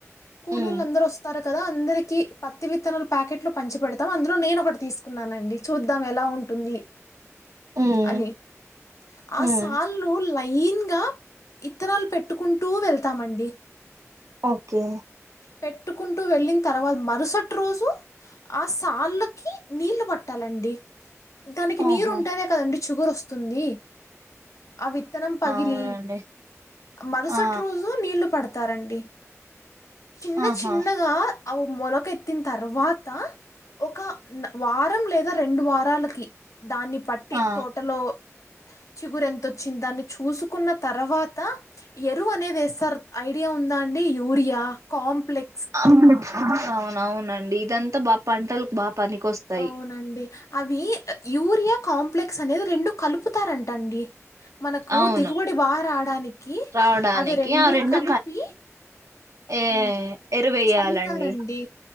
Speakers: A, on the left; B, on the right.
A: కూలోళ్లు
B: ఉమ్
A: అందరు వస్తారత్ కదా అందరికి పత్తి విత్తనాల్ ప్యాకెట్ లు పంచి పెడతాం అందులో నేను ఒకటి తీసుకున్నానండి చూద్దం ఎలా ఉంటుంది
B: ఉమ్
A: అనీ ఆ
B: ఉమ్
A: సాళ్లు వుల్ లయింగా ఇత్తనాల్ పెట్ నెట్టుకుంటూ వెళ్తామండి
B: ఓకే
A: పెట్టుకుంటు వెళ్ళిన్ తర్వత్ మరసట్ రోజు ఆ సాళ్లకి నీళ్లు పట్టాలండి దానికి
B: ఆహా
A: నీరు ఉంటేనె కదండి షుగర్ వస్తుందీ ఆ విత్తనం పగిలి
B: అవునండి
A: మరసట్
B: ఆ
A: రోజు నీళ్లు పడత్ తరంటి చిన్న
B: ఆహా
A: చిన్నగా అవి మొలకెత్తిన తర్వాత ఒక వారం లేదా రెండు వారాలకి దాన్ని పట్టి
B: ఆ
A: తోటలో చిగురు ఎంతొచ్చింది దాన్ని చూసుకున్న తర్వాత ఎరువు అనేది వేస్తారు ఐడియా ఉందా అండి యూరియా కాంప్లెక్
B: అహా <unintelligible> అవునవునండి ఇదంతా బా పంటలు బా పనికొస్తాయి
A: అవునండి అవీ యూరియా కాంప్లెక్స్ అనేవి రెండు కలుపుతారంట అండి మనకు
B: అవును
A: దిగుబడి బాగ రావడానికి
B: రావడానికి
A: అవి రెండూ
B: ఆ రెండు
A: కలిపి
B: ఏ
A: హ్మ్
B: ఎరువేయాలండి
A: చల్లుతారండి